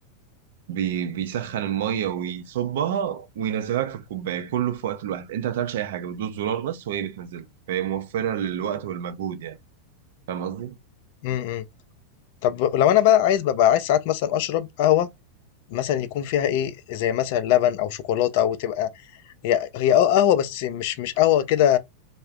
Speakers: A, on the right; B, on the left.
A: بي بيسخن المية ويصبها وينزلها لك في الكوباية كله في وقت الواحد انت ما بتعملش اي حاجة بتدوس زرار بس وهي بتنزلها فهي موفرة للوقت والمجهود يعني فاهم قصدي؟
B: امم طب لو انا بقى عايز ببقى عايز ساعات مثلا اشرب قهوة مثلا يكون فيها ايه زي مثلا لبن او شوكولاتة او تبقى هي هي اه قهوة بس مش مش قهوة كده